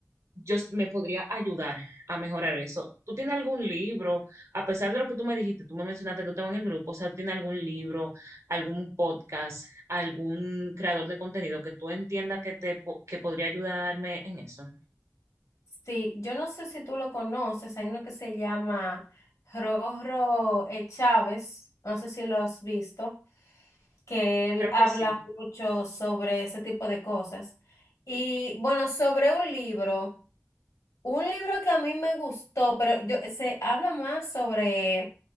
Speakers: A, on the right; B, on the left.
A: yo s- me podría ayudar a mejorar eso. ¿Tú tienes algún libro? A pesar de lo que tú me dijiste, tú me mencionaste que tú estabas en el grupo, o sea, ¿tienes algún libro, algún podcast, algún creador de contenido que tú entiendas que te po- que podría ayudarme en eso?
B: Sí, yo no sé si tú lo conoces, hay uno que se llama Rorro eh, Chávez, no sé si lo has visto. que él
A: Creo
B: habla
A: que sí.
B: mucho sobre ese tipo de cosas. Y bueno, sobre un libro, un libro que a mí me gustó, pero yo, se habla más sobre